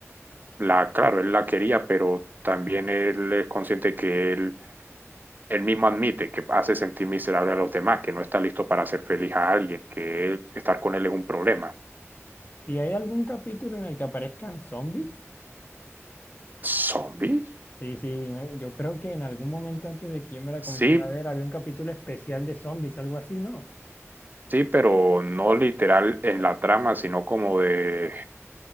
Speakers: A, on the right; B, on the left.
A: la, claro, él la quería, pero también él es consciente que él, él mismo admite que hace sentir miserable a los demás, que no está listo para hacer feliz a alguien, que él- estar con él es un problema.
B: ¿Y hay algún capítulo en el que aparezcan zombies?
A: ¿Zombie?
B: Sí, sí, me- yo creo que en algún momento antes de que yo me la
A: Sí,
B: comenzara a ver, había un capítulo especial de zombies, algo así, ¿no?
A: Sí, pero no literal en la trama, sino como de...